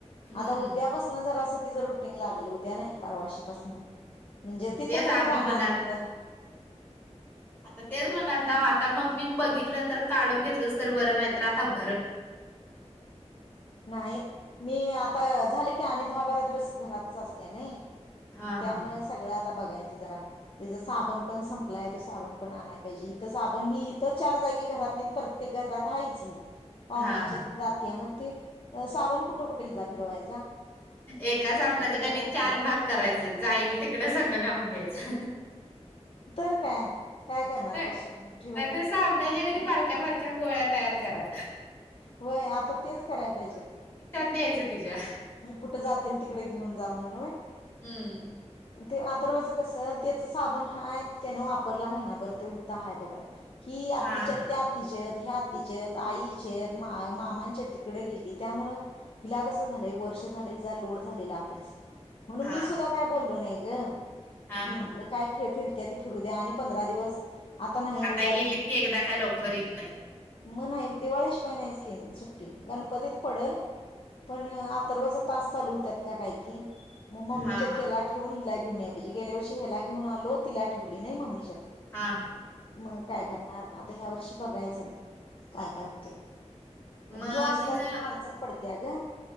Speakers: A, on the left (about 20°); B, on the left (about 50°).
A: हम्म
B: आता उद्यापासनं जरासं तिज रुटिंग लागल उद्या नाही परवाशीपासन म्हणजे तिथं
A: तेच
B: कुठं
A: आम्ही
B: जाणार
A: म्हणाल
B: तिथं
A: आता तेच म्हणालताव आता मम्मीनं बघितलं तर काढून घेतलंच तर बरं, नाही तर आता हु
B: नाही मी आत त झाले की आणि दहा बारा दिवस घरातच असत्या नइ.
A: हा
B: म त्यामुळे
A: हा
B: सगळ्यात आता बघायच जरा तिजा साबण पण संपलाय. त्यो साबण पण आणाय पाहिजे. इथं साबण ही इथं चार जागी घरात नी प्रत्येक घरात हाईच ही. पाहुण्यांच्यात
A: हा हा.
B: गात्या मं ते अ सावन कुठं कुठं हिजा फिरवाय
A: एका साबणाच कणी
B: भरत्या.
A: चार भाग करायच जाईल तिकड संग लावून द्यायच.
B: तर काय काय करणार
A: नाहींतर
B: बसून मग ठेवून
A: साबणाचा की नाही बारक्या बारक्या गोळ्या तयार करा
B: व्हय आता तेच कराय पाहिजे.
A: तेज तीज्या
B: म कुठं जातील? तिकडं घेऊन जा म्हणून
A: हम्म
B: ते अर्थवच कस त्याच साबण हाय त्याने वापरला महिनाभर तो हित हाय तो पर्यंत हि आत्तीच्यात
A: हा हा
B: त्या आत्तीच्यात ह्या आत्तीच्यत, आईच्यत, मामांच्या तिकडे गेली त्यामुळ हिला कस झालंय वर्ष झालय जा लोड झालेला अभ्यास. म्हणून
A: हा
B: मी सुद्धा काय बोललो नाही य
A: हा
B: म्हणलं
A: हा
B: काय खेळ फिर.... द्या की फिरू द्या आणि पंधरा दिवस नाही उद्याला
A: आता गेलीत की एकदा काय लवकर येत नाहीत
B: म नाही, दिवाळीशिवाय नाहीच कीन सुट्टी, गणपतीत पडल पण आप सर्वच तास चालू त्यात कां काय की, मग ममी
A: हा
B: चे
A: हा
B: त्येला ठेवून हिला घेऊन याया पाहिजे, गेल्या वर्षी ह्याला घेऊन आलो. तिला ठेवली नाही मम्मीच्यात
A: हा
B: मग काय करणार आता ह्या वर्षी बघायचं काय काय होते मंग
A: मग
B: ह्यो असला
A: हिच
B: की म अडचण पडती त्या ग